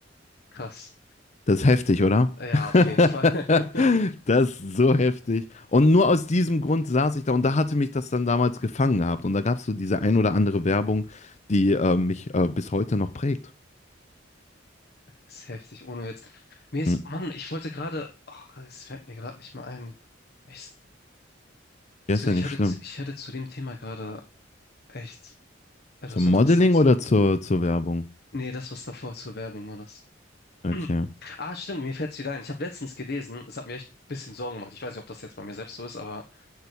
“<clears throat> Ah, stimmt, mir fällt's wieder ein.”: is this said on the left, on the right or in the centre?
Left